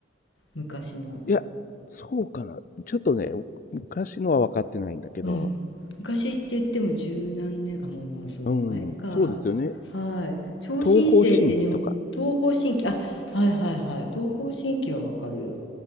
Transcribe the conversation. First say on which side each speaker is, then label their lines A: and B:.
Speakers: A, on the left; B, on the left.
A: 昔の。
B: いや、そうかな。ちょっとね、昔のは分かってないんだけど、
A: うん。昔って言っても十何年、あ、もうもうその前か。
B: うん、そうですよね。
A: はい。超新星って日本、
B: 東方神起とか、
A: 東方神起、あ、はいはいはい。東方神起はわかる。